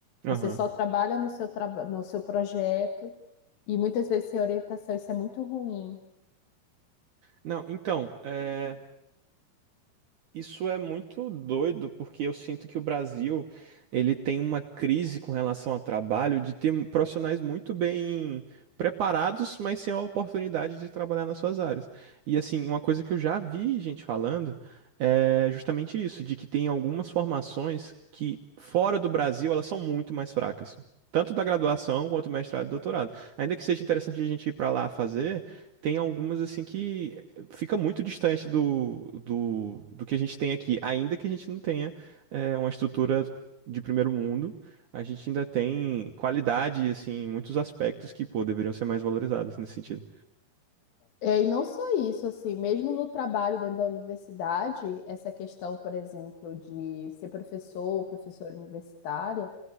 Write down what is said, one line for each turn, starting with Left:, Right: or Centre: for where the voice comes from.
Right: aham.
Left: Você só trabalha no seu, traba- no seu projeto e muitas vezes sem orientação, isso é muito ruim.
Right: Não, então, é. Isso é muito doido, porque eu sinto que o Brasil, ele tem uma crise com relação ao trabalho de ter profissionais muito bem preparados, mas sem a oportunidade de trabalhar nas suas áreas. E assim, uma coisa que eu já vi gente falando é justamente isso, de que tem algumas formações que fora do Brasil, elas são muito mais fracas. Tanto da graduação quanto mestrado e doutorado. Ainda que seja interessante a gente ir para lá fazer, tem algumas assim que fica muito distante do, do, do que a gente tem aqui, ainda que a gente não tenha é, uma estrutura de primeiro mundo, a gente ainda tem qualidade, assim, em muitos aspectos que, pô, deveriam ser mais valorizados nesse sentido.
Left: É, e não só isso, assim, mesmo no trabalho dentro da universidade, essa questão, por exemplo, de ser professor ou professora universitária,